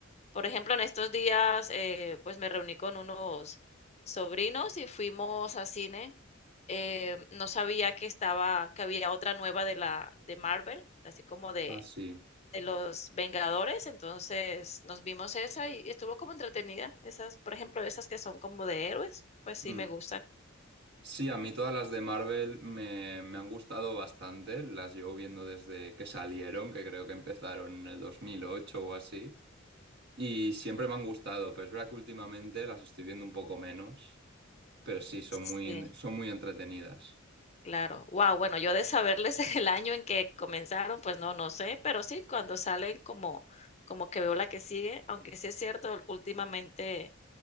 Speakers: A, on the left (about 30°); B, on the right (about 55°).
A: Por ejemplo, en estos días, eh, pues me reuní con unos sobrinos y fuimos a cine. Eh, no sabía que estaba, que había otra nueva de la de Marvel, así como de
B: Ah, sí.
A: de los Vengadores, entonces nos vimos esa y estuvo como entretenida. Esas, por ejemplo, esas que son como de héroes, pues sí
B: Mm.
A: me gustan.
B: Sí, a mí todas las de Marvel me, me han gustado bastante. Las llevo viendo desde que salieron, que creo que empezaron en el 2008 o así. Y siempre me han gustado, pero es verdad que últimamente las estoy viendo un poco menos. Pero sí, son
A: Sí,
B: muy, son muy entretenidas.
A: claro. Wow, bueno, yo de saberles <laughs> el año en que comenzaron, pues no, no sé, pero sí, cuando salen como, como que veo la que sigue, aunque sí es cierto, últimamente